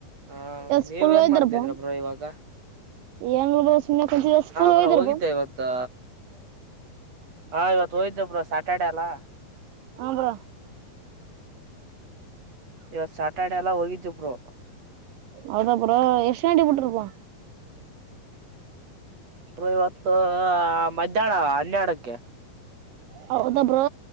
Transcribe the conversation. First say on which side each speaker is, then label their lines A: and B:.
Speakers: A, on the right; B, on the right.
A: ಹ
B: ಎ ಸ್ಕೂಲ್
A: ನೀವ್ ಏನ್
B: ಹಯ್ದರ್
A: ಮಾಡ್ತಿದ್ರ
B: ಬಾ
A: ಬ್ರೋ ಇವಾಗ
B: ಏಂಗಬ ಸುಮ್ಮನೆಂಚ ಸ್ಕೂಲ್
A: ಬ್ರೋ
B: ಹೋಯ್ದರ್
A: ಹೋಗಿದ್ದೆ
B: ಬ <unintelligible>
A: ಇವತ್ತು ಹಾ ಇವತ್ತು ಹೋಯ್ದ ಪ ಸಾ ಸಾಟರ್ಡೆ ಅಲ್ಲ <unintelligible>
B: ಹಾ ಬ್ರೋ
A: ಇವತ್ತು ಸಟಾಡಿ ಎಲ್ಲ ಹೋಗಿದ್ದುಬ್ರು
B: ಹೌದಾ ಬ್ರೊ ಎಷ್ಟು ಗಂಟೆಗೆ ಬಿಟ್ರಿ ಬ್ರೋ
A: ಬ್ರೋ ಇವತ್ತು ಮಧ್ಯಾಹ್ನ ಹನ್ಯಡಕ್ಕೆ
B: ಹೌದು ಬ್ರೊ